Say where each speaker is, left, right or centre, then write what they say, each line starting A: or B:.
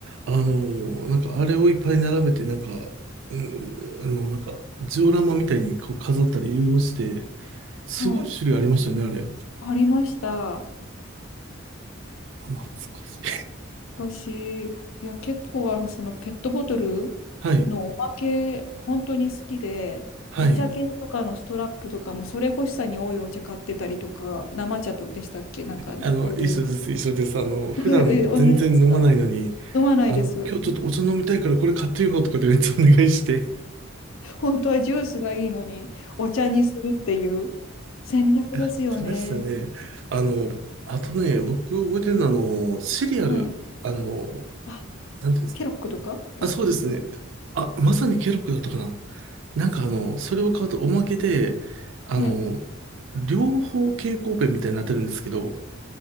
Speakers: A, on the right; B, on the left.
A: あのー、なんかあれをいっぱい並べて、なんか、うん、あの、なんか、ジオラマみたいにこう飾ったりいろいろして、すごい種類ありましたね、
B: はい。
A: あれ。
B: ありました。
A: あ懐かしい。
B: しかしい。いや、結構あの、そのペットボトル
A: はい、
B: のおまけ、本当に好きで、
A: はい。
B: お茶券とかのストラップとかも、それ欲しさに多いお茶買ってたりとか、生茶とでしたっけなんか、
A: あの、
B: そういう。
A: 一緒です、一緒です。あの、
B: <laughs>
A: 普段全然飲まないのに、
B: 同じですか飲まないです。
A: あの、今日ちょっとお茶飲みたいからこれ買ってよとかでめっちゃお願いして
B: 本当はジュースがいいのに、お茶にするっていう戦略ですよね。
A: やってましたね。あの、あとね、僕覚えてるのは、あの、シリアル、
B: はい。
A: あの、
B: あ、
A: なんていうんですか。
B: ケロックとかですか
A: あ、そうですね。あ、まさにケロッグだったかな。なんかあの、それを買うとおまけで、あの、
B: はい。
A: 両方蛍光ペンみたいになってるんですけど、